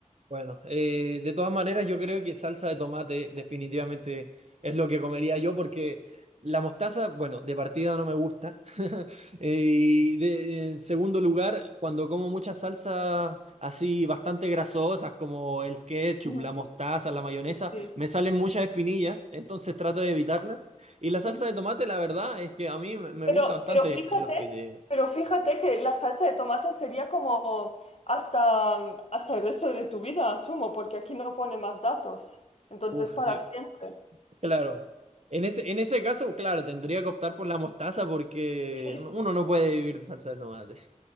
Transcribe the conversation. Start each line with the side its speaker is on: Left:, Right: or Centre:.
Right: Bueno, eh, de todas maneras, yo creo que salsa de tomate definitivamente es lo que comería yo porque la mostaza, bueno, de partida no me gusta. Eh, y de- en segundo lugar, cuando como muchas salsas así bastante grasosas como el ketchup,
Left: Ujú,
Right: la mostaza, la mayonesa,
Left: Pues sí.
Right: me salen muchas espinillas, entonces trato de evitarlas. Y la salsa
Left: ujú.
Right: de tomate, la verdad, es que a mí me me
Left: Pero,
Right: gusta bastante
Left: pero fíjate,
Right: en los fideos.
Left: pero fíjate que la salsa de tomate sería como hasta, hasta el resto de tu vida, asumo, porque aquí no pone más datos. Entonces,
Right: Uf,
Left: para
Right: sí,
Left: siempre.
Right: claro. En ese, en ese caso, claro, tendría que optar por la mostaza porque
Left: Sí.
Right: no- uno no puede vivir de salsa de tomate.